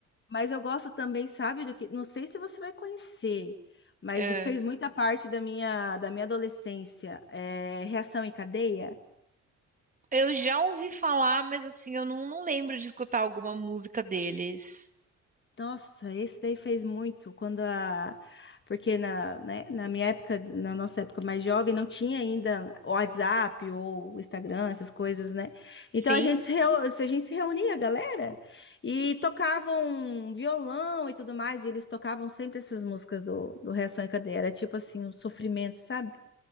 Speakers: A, on the left (about 40°); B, on the right (about 25°).
A: Mas eu gosto também, sabe, do que. Não sei se você vai conhecer, mas
B: É.
A: fez muita parte da minha, da minha adolescência. É, Reação em Cadeia.
B: Eu já ouvi falar, mas assim, eu não, não lembro de escutar alguma música deles.
A: Nossa, esse daí fez muito quando a. Porque na, né, na minha época, na nossa época mais jovem, não tinha ainda o WhatsApp ou o Instagram, essas coisas, né?
B: Sim?
A: Então a gente se, reu... a gente se reunia, galera, e tocavam violão e tudo mais, e eles tocavam sempre essas músicas do, do Reação em Cadeia. Era tipo assim, um sofrimento, sabe?